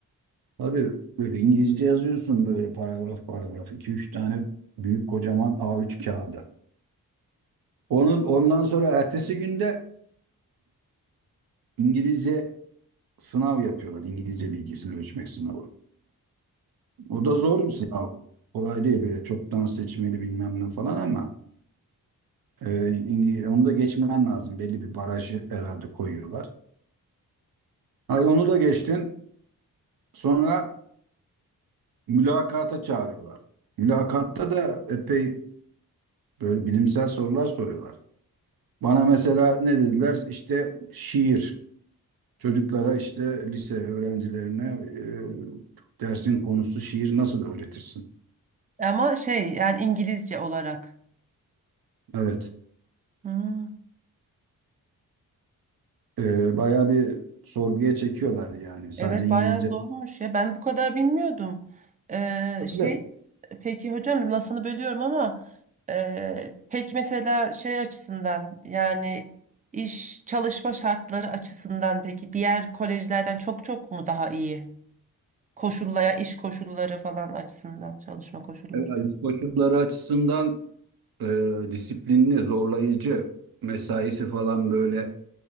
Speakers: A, on the right; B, on the right.
A: Tabii böyle İngilizce yazıyorsun böyle paragraf paragraf. iki üç tane büyük kocaman A3 kağıda. Onu, ondan sonra ertesi günde İngilizce sınav yapıyorlar. İngilizce bilgisini ölçmek sınavı. O da zor bir sınav. Kolay değil böyle çoktan seçmeli bilmem ne falan ama e, İngi- onu da geçmen lazım. Belli bir barajı herhalde koyuyorlar. Ay onu da geçtin. Sonra mülakata çağırıyorlar. Mülakatta da epey böyle bilimsel sorular soruyorlar. Bana mesela ne dediler? İşte şiir. Çocuklara işte lise öğrencilerine e, dersin konusu şiir nasıl öğretirsin?
B: Ama şey yani İngilizce olarak.
A: Evet.
B: Hı.
A: E, bayağı bir sorguya çekiyorlar yani. Sadece
B: Evet
A: İngilizce.
B: bayağı zormuş ya. Ben bu kadar bilmiyordum. Ee, şey
A: Evet.
B: peki hocam lafını bölüyorum ama e, peki mesela şey açısından yani iş çalışma şartları açısından peki diğer kolejlerden çok çok mu daha iyi? Koşullaya iş koşulları falan açısından çalışma koşulları.
A: Evet, koşulları açısından e, disiplinli, zorlayıcı mesaisi falan böyle